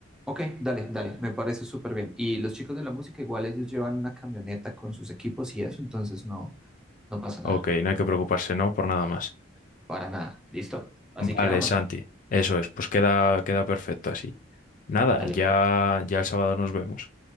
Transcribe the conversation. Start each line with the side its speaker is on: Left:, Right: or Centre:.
Centre: Ok, dale, dale, me parece súper bien. Y los chicos de la música, igual ellos llevan una camioneta con sus equipos y eso, entonces no, no pasa nada,
Left: Ok, no hay que preocuparse, ¿no? Por nada más.
Centre: para nada. ¿Listo? Así
Left: Vale,
Centre: quedamos.
Left: Santi, eso es, pues queda, queda perfecto así. Nada,
Centre: Dale,
Left: ya, ya el sábado nos vemos.